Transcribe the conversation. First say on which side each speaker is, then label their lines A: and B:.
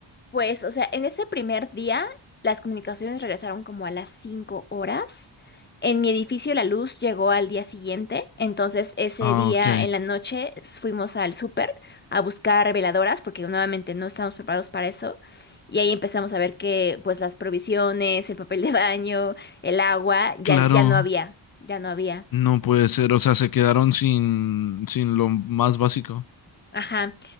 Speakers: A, on the left (about 20°); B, on the left (about 50°).
A: Pues, o sea, en ese primer día las comunicaciones regresaron como a las 5 horas. En mi edificio la luz llegó al día siguiente, entonces ese
B: Ah,
A: día
B: ok.
A: en la noche fuimos al súper a buscar veladoras porque nuevamente no estábamos preparados para eso. Y ahí empezamos a ver que pues las provisiones, el papel de baño, el agua, ya,
B: Claro,
A: ya no había, ya no había.
B: no puede ser, o sea, se quedaron sin, sin lo más básico.
A: Ajá.